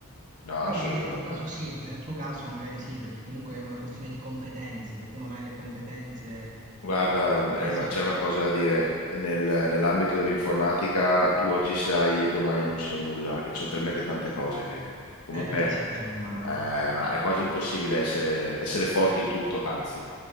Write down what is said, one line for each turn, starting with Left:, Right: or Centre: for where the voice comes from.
Left: No,
Right: Però
Left: assolutamente
Right: magari nel tuo caso
Left: no.
Right: sì, nel tuo caso magari sì, perché comunque è una questione di competenze, se tu non hai le competenze...
Left: Guarda,
Right: Cioè,
Left: è una-
Right: sì.
Left: c'è una cosa da dire. Nel- nell'ambito dell'informatica tu oggi sai, domani non sai nulla e ci sono talmente tante cose che comunque
Right: Eh, perché si aggiorna.
Left: eh,
Right: È
Left: ma è quasi impossibile essere, essere forti in tutto, anzi,